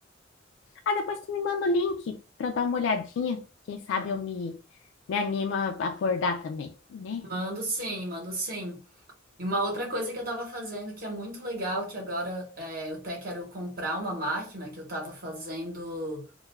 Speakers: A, on the left (about 65°); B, on the right (about 45°).
A: Ah, depois tu me manda o link para dar uma olhadinha. Quem sabe
B: Ma-
A: eu me, me animo a abordar também, né?
B: Mando sim, mando sim. E uma outra coisa que eu tava fazendo que é muito legal, que agora é, eu até quero comprar uma máquina que eu tava fazendo